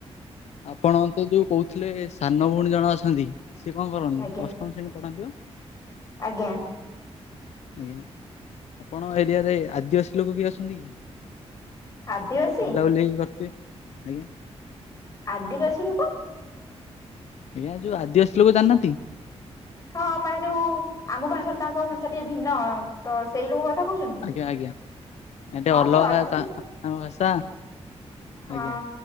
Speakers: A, on the left; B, on the left.
A: ଆପଣ ତ ଯୋଉ କହୁ ଥିଲେ, ସାନ ଭଉଣୀ ଜଣ ଅଛନ୍ତି! ସିଏ କଣ କରନ୍ତି?
B: ଆଜ୍ଞା।
A: ଅଷ୍ଟମ ଶ୍ରେଣୀ ପଢ଼ନ୍ତିି ବା।
B: ଆଜ୍ଞା।
A: ଆଜ୍ଞା, ଆପଣ ଏରିଆରେ ଆଦିବାସୀ ଲୋକ କିଏ ଅଛନ୍ତି କି?
B: ଆଦିବାସୀ
A: ବୁଲାବୁଲି କରିବେ। ଆଜ୍ଞା।
B: ଆଦିବାସୀ ଲୋକ!
A: ଆଜ୍ଞା, ଯୋଉ ଆଦିବାସୀ ଲୋକ ଜାଣିିନାହାଁନ୍ତି।
B: ହଁ, ମାନେ ଯୋଉ, ଆମ ଭାଷାଠୁ ତାଙ୍କ ଭାଷା ଟିକେ ଭିନ୍ନ ତ ସେଇ ଲୋକ କଥା କହୁଛନ୍ତି?
A: ଆଜ୍ଞା ଆଜ୍ଞା, ଏଠି
B: ହଁ
A: ଅଲଗା
B: ସେ ଅଛନ୍ତି
A: ତା
B: କି
A: ତାଙ୍କ ଭାଷା।
B: ହଁ,
A: ଆଜ୍ଞା